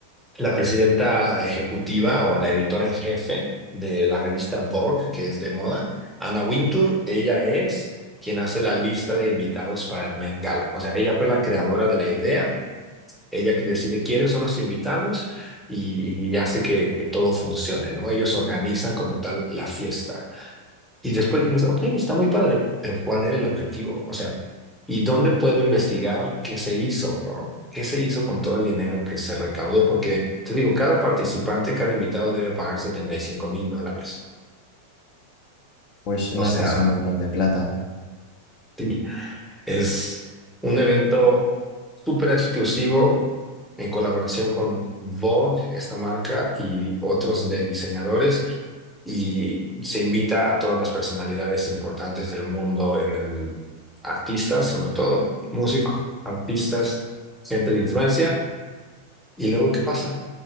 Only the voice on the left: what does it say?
Uy,
no
es que es un montón de plata.